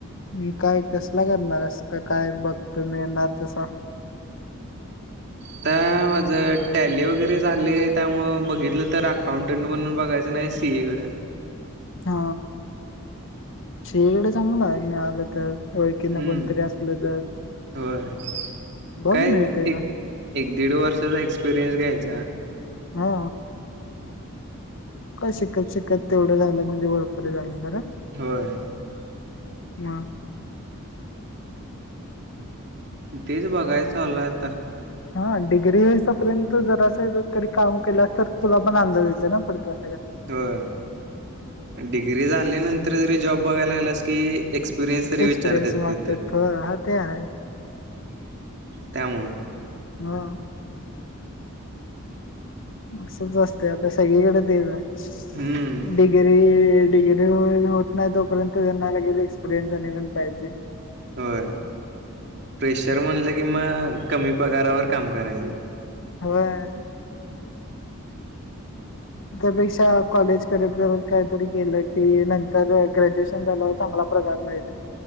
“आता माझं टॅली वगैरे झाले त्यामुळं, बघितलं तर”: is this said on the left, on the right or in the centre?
Right